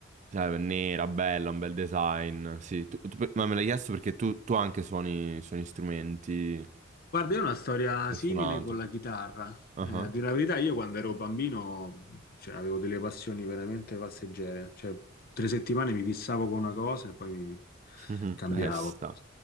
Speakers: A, on the right; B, on the left.
A: cioè, nera, bella, un bel design. Sì, tu- tu- ma me l'hai chiesto perché tu, tu anche suoni, suoni strumenti,
B: Guarda, io ho una storia
A: hai
B: simile
A: suonato.
B: con la chitarra.
A: Ah
B: Eh,
A: ah.
B: a dire la verità, io quando ero bambino, cioè, avevo delle passioni veramente passeggere. Cioè, tre settimane mi fissavo con una cosa e poi mi
A: <laughs>
B: cambiavo.
A: Eh, ci sta.